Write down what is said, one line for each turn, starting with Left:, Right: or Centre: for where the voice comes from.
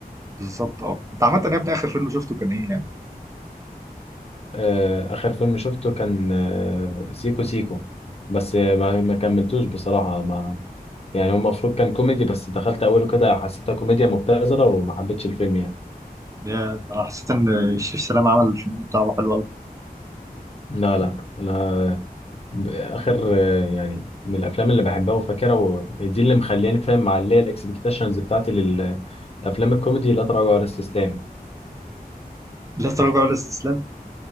Right: بالظبط اه انت عامه يا ابني اخر فيلم شفته كان ايه يعني
Left: آه، آخر فيلم شفته كان آه، سيكو سيكو بس آه، ما ما كملتوش بصراحة ما يعني هو المفروض كان كوميدي بس دخلت أوله كده حسيتها كوميديا مبتذلة وما حبيتش الفيلم يعني
Right: يا- انا حسيت ان الشيف سلام عمل الفيلم بتاعه حلو قوي
Left: لا لا أنا ب- آخر آه، يعني من الأفلام اللي بحبها وفاكرها ودي اللي مخلياني فاهم معلية الإكسبكتيشنز بتاعتي للأفلام الكوميدي لا تراجع ولا استسلام
Right: لا تراجع ولا استسلام